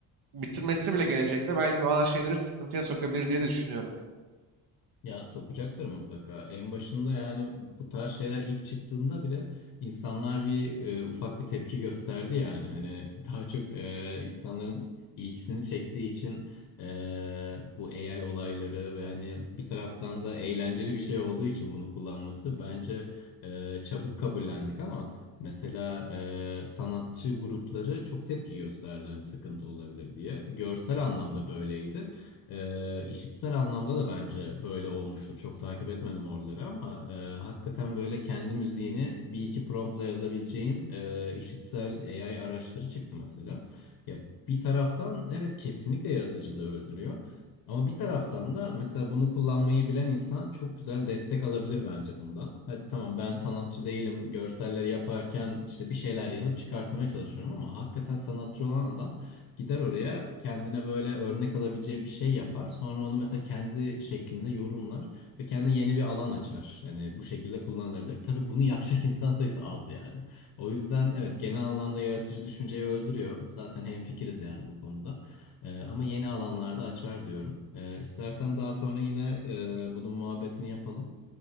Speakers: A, on the right; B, on the left.
A: bitirmesi bile gelecekte belki bazı şeyleri sıkıntıya sokabilir diye de düşünüyorum yani.
B: Ya sokacaktır mutlaka. En başında yani bu tarz şeyler ilk çıktığında bile insanlar bir e, ufak bir tepki gösterdi yani. Hani <laughs> daha çok e, insanların ilgisini çektiği için e, bu AI olayları ve hani bir taraftan da eğlenceli bir şey olduğu için bunu kullanması bence e, çabuk kabullendik ama mesela e, sanatçı grupları çok tepki gösterdi hani sıkıntı olabilir diye. Görsel anlamda böyleydi. Ee, işitsel anlamda da bence böyle olmuştur. Çok takip etmedim oraları ama e, hakikaten böyle kendi müziğini bir iki promptla yazabileceğin e, işitsel AI araçları çıktı mesela. Ya bir taraftan evet kesinlikle yaratıcılığı öldürüyor. Ama bir taraftan da mesela bunu kullanmayı bilen insan çok güzel destek alabilir bence bundan. Hadi tamam ben sanatçı değilim, görselleri yaparken işte bir şeyler yazıp çıkartmaya çalışıyorum ama hakikaten sanatçı olan adam Gider oraya kendine böyle örnek alabileceği bir şey yapar. Sonra onu mesela kendi şeklinde yorumlar ve kendine yeni bir alan açar. Hani bu şekilde kullanılabilir. Tabii bunu yapacak <laughs> insan sayısı az yani. O yüzden evet genel anlamda yaratıcı düşünceyi öldürüyor. Zaten hemfikiriz yani bu konuda. Ee, ama yeni alanlarda açar diyorum. Ee, istersen daha sonra yine e, bunun muhabbetini yapalım.